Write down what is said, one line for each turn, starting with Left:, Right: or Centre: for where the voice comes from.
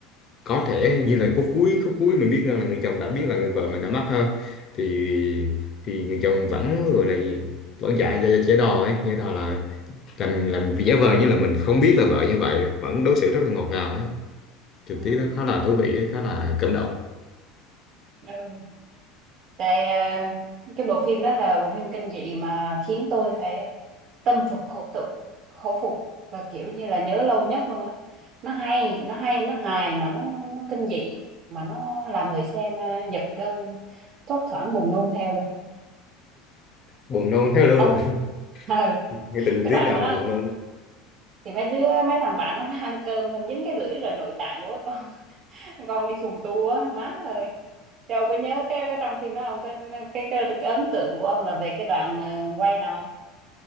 Left: có thể như là phút cuối phút cuối mình biết rằng là người chồng đã biết là người vợ mình đã mất ha thì thì người chồng vẫn gọi là gì? vẫn dạ dạ dạ giả đò ấy giả đò là làm làm vì giả vờ như là mình không biết là vợ như vậy vẫn đối xử rất là ngọt ngào ấy trực
Right: không
Left: tiếp nó khá là thú vị ấy khá là cảm động
Right: ừ. ừ. tại à, cái bộ phim đó là bộ phim kinh dị mà khiến tôi phải tâm phục khẩu phục khẩu phục và kiểu như là nhớ lâu nhất luôn á nó hay nó hay nó hài mà nó nó kinh dị mà nó làm người xem à, giật gân thốt thoảng buồn nôn theo luôn
Left: buồn nôn thế luôn
Right: ông
Left: rồi
Right: <laughs> Ừ,
Left: <laughs> cái tình
Right: cái
Left: tiết
Right: đoạn
Left: nào
Right: mà
Left: mà
Right: nó
Left: buồn nôn
Right: thì mấy đứa mấy thằng bạn nó, nó ăn cơm xong dính cái lưỡi rồi nội tạng của cái con <laughs> con đi khùng tu á má ơi đâu có nhớ cái, cái trong phim đó không cái, cái cái cái ấn tượng của ông là về cái đoạn ờ, quay nào